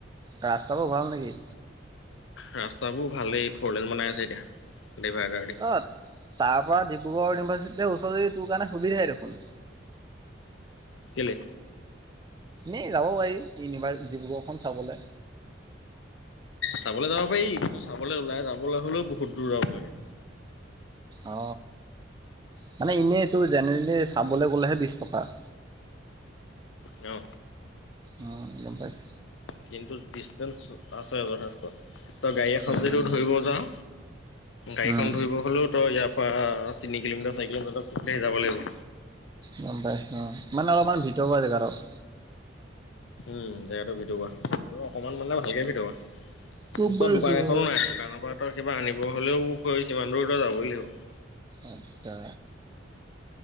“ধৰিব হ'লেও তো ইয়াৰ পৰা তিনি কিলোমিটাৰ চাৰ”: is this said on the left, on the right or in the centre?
Left